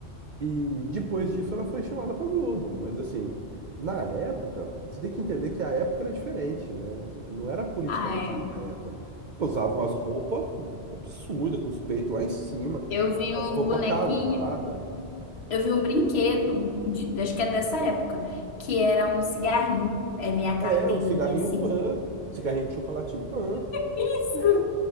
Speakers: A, on the right; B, on the left.
A: E depois disso ela foi chamada pra Globo, mas assim, na época, você tem que entender que a época era diferente, né? Não era politicamente
B: Ah, é.
A: correta. Usavam as roupas absurdas, com os peitos lá em cima,
B: Eu vi
A: umas
B: uns
A: roupas
B: bonequinhos,
A: cavadas.
B: eu vi um brinquedo, de, acho que é dessa época, que era um cigarrinho, aí vinha a carteirinha
A: É, o cigarrinho
B: assim.
A: pan, cigarrinho de chocolate pan.
B: <laughs>
A: É,